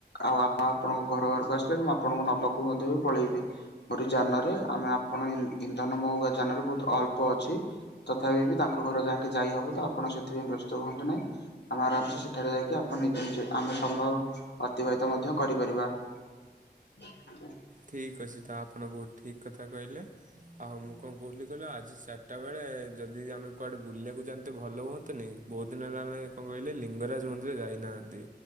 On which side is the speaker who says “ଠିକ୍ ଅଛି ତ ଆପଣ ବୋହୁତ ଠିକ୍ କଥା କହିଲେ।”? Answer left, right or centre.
Right